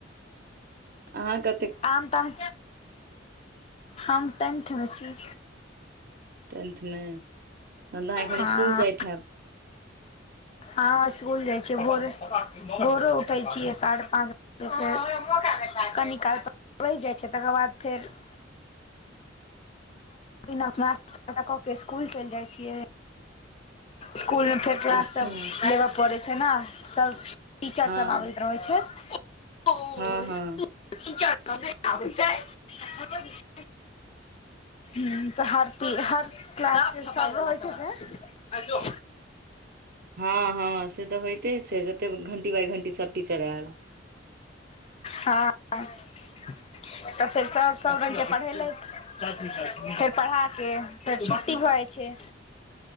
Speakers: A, on the right; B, on the left.
A: आहाँ कऽ
B: आम ताम हम टेंथ मऽ छी
A: टेंथ मे तहन तऽ अहाँ एखन
B: हँ
A: स्कुल जाइत हेऽब
B: हँ स्कुल जाय छियै भोरे -भोरे उठेै छियै सारहे पाँच बजे फेर कनी काल <unintelligible> जाइत छै तकर बाद फेर <unintelligible> कऽ के स्कूल चैल जाय छियै स्कूल मे फेर क्लास
A: अच्छा
B: सब करबऽ पड़ैय छै नऽ सब टीचर
A: हँ
B: सब आबैत रहै छैय <unintelligible>
A: हँ हँ
B: हू तऽ हरती हर क्लास होइ छैय ने
A: हँ हँ से तऽ होयइते छैय जते घंटी बाइ घंटी सभ टीचर आयल
B: हँ तऽ फेर सब सब रङंगके पढ़ेलथि फेर पढ़ा के फेर छुट्टी भऽ जाइ छैय